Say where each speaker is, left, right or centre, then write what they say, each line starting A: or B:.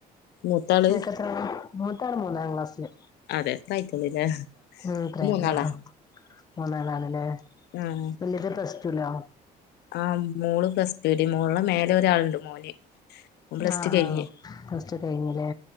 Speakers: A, on the left; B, on the left.
A: മൂത്താള്
B: നിങ്ങക്കെത്ര ആളാ മൂത്താള് മൂന്നാം ക്ലാസില്
A: അതെ എത്ര ആയിട്ടൊള്ളൂല്ലേ
B: ഉം
A: മൂന്നാളാ
B: <inaudible> മൂന്നാല് ആള് ല്ലേ
A: ആഹ
B: വലുത് പ്ലസ് ടു ആ
A: ആഹ മോള് പ്ലസ്സ്റ്റുല് മോള് മേലെ ഒരാളുണ്ട് മോന് ഓൻ പ്ലസ്
B: ആഹ
A: ടു കഴിഞ്ഞ്
B: ആഹ പ്ലസ്ടു കഴിഞ്ഞില്ലേ